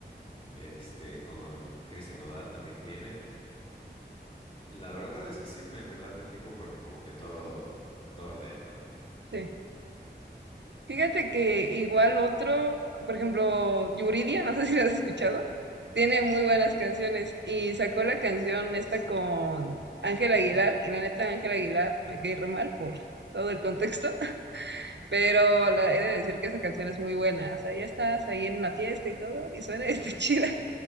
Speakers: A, on the left; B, on the right.
A: Este, con Cristian Odal también tiene. La verdad es que sí me, me late el tipo porque como que todo, todo le entra.
B: sí. Fíjate que igual otro, por ejemplo, Yuridia, no sé si la has escuchado, tiene
A: Sí.
B: muy buenas canciones y sacó la canción esta con Ángel Aguilar y la neta Ángel Aguilar me cae re mal por todo el contexto, <laughs> pero la, he de decir que esa canción es muy buena, o sea, ya estás ahí en la fiesta y todo y suena este <laughs> chida